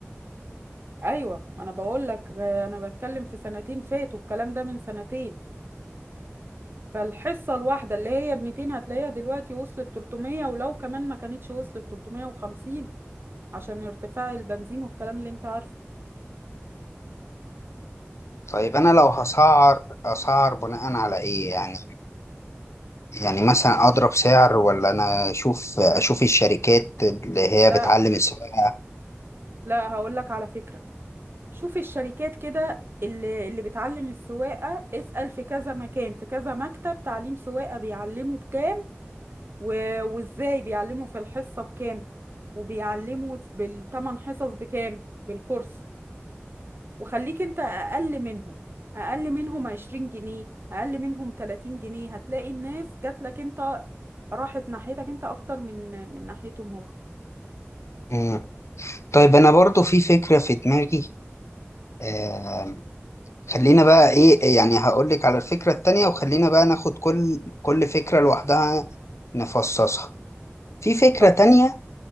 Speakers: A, on the right; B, on the left.
A: ايوه ما انا بقول لك انا بتكلم في سنتين فاتوا الكلام ده من سنتين فالحصة الواحدة اللي هي ب 200 هتلاقيها دلوقتي وصلت 300 ولو كمان ما كانتش وصلت 350 عشان ارتفاع البنزين والكلام اللي انت عارفه
B: طيب انا لو هسعر اسعر بناء على ايه يعني يعني مثلا اضرب سعر ولا انا اشوف اشوف الشركات اللي هي
A: لا
B: بتعلم السواقه
A: لا هقول لك على فكرة شوف الشركات كده اللي اللي بتعلم السواقة اسأل في كذا مكان في كذا مكتب تعليم سواقة بيعلموا بكام و... وازاي بيعلموا في الحصة بكام وبيعلموا بالثمان حصص بكام بالكورس وخليك انت اقل منهم اقل منهم 20 جنيه اقل منهم 30 جنيه هتلاقي الناس جات لك انت راحت ناحيتك انت اكتر من من ناحيتهم هم
B: مم. طيب انا برضو في فكره في دماغي آم، خلينا بقى ايه يعني هقول لك على الفكره التانية وخلينا بقى ناخد كل كل فكره لوحدها نفصصها في فكره
A: طب
B: تانية
A: أوه،